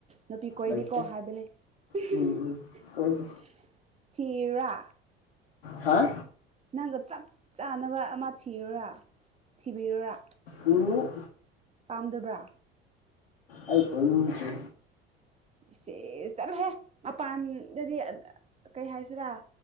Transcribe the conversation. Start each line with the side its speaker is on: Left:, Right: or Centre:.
Right: ꯅꯨꯄꯤ ꯀꯣꯏꯗꯦꯀꯣ
Left: ꯂꯩꯇꯦ
Right: ꯍꯥꯏꯕꯅꯤ <unintelligible>
Left: ꯎꯝ ꯎꯝ ꯀꯣꯏꯗꯦ
Right: ꯊꯤꯔꯥ
Left: ꯍꯥ
Right: ꯅꯪꯒ ꯆꯞ ꯆꯥꯅꯕ ꯑꯃ ꯊꯤꯔꯨꯔ ꯊꯤꯕꯤꯔꯨꯔꯥ
Left: ꯎꯝ
Right: ꯄꯥꯝꯖꯕ꯭ꯔꯥ
Left: ꯑꯩ ꯀꫭꯏꯅꯤꯡꯗ꯭ꯔꯦ
Right: ꯁꯦꯁ ꯆꯠꯂꯣꯍꯦ ꯃꯄꯥꯟꯗꯗꯤ ꯀꯩ ꯍꯥꯏꯁꯤꯔꯥ